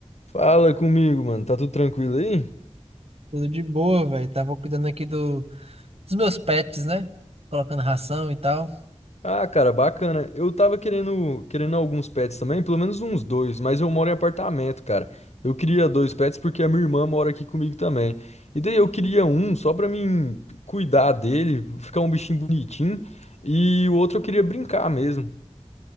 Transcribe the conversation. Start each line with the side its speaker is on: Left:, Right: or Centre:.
Left: Fala comigo, mano. Tá tudo tranquilo aí?
Right: Tudo de boa, velho. Tava cuidando aqui do, dos meus pets, né? Colocando ração e tal.
Left: Ah, cara, bacana. Eu tava querendo, querendo alguns pets também, pelo menos uns dois, mas eu moro em apartamento, cara. Eu queria dois pets porque a minha irmã mora aqui comigo também. E daí eu queria um só pra mim cuidar dele, ficar um bichinho bonitinho, e o outro eu queria brincar mesmo.